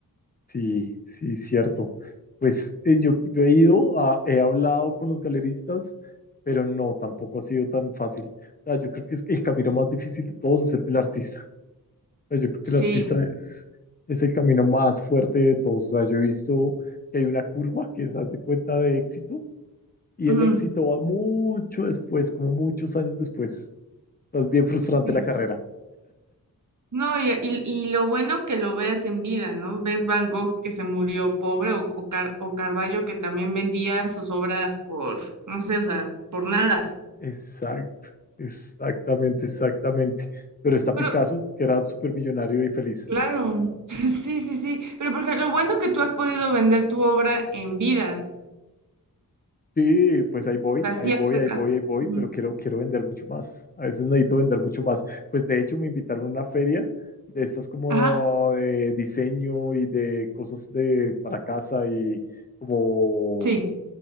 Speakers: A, on the left; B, on the right.
A: Sí, sí, cierto. Pues eh, yo, yo he ido, a- he hablado con los galeristas, pero no, tampoco ha sido tan fácil. O sea, yo creo que es que el camino más difícil de todos es el del artista. O sea, yo creo que
B: Sí.
A: el artista es, es el camino más fuerte de todos. O sea, yo he visto que hay una curva que es, haz de cuenta, de éxito, y
B: ujú,
A: el éxito va mucho después, como muchos años después. O sea, es bien frustrante
B: sí.
A: la carrera.
B: No, y, y- y lo bueno que lo veas en vida, ¿no? Ves Van Gogh que se murió pobre o, o, Car- o Carballo que también vendía sus obras por, no sé, o sea, por nada.
A: Exacto, exactamente, exactamente. Pero está Picasso,
B: Pero,
A: que era súper millonario y feliz.
B: claro, <laughs> sí, sí, sí. Pero por ejemplo, lo bueno que tú has podido vender tu obra en vida,
A: Sí, pues ahí voy,
B: así
A: ahí voy,
B: has sacado.
A: ahí voy, ahí voy,
B: Ujú.
A: pero quiero, quiero vender mucho más. A veces necesito vender mucho más. Pues de hecho me invitaron a una feria de estas como
B: Ajá,
A: de diseño y de cosas de para casa y como,
B: sí,